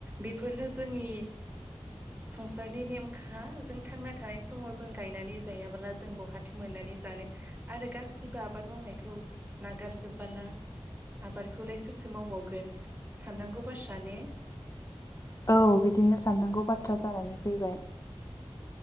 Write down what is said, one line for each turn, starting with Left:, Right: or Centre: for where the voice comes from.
Right: बेफोरो जोंनि संसारनि नेमखा जों थांना थानाय समाव जों गायनानै जायाबोला जों बहा थो मोननानै जानो आरो गासिबो आबाद मावनायखौ नागारजोबबोला आबादखौलाय सोरथो मावबावगोन साननांगौ बाथ्रा ने
Left: औ बिदिनो साननांगौ बाथ्रा जानानै फैबाय।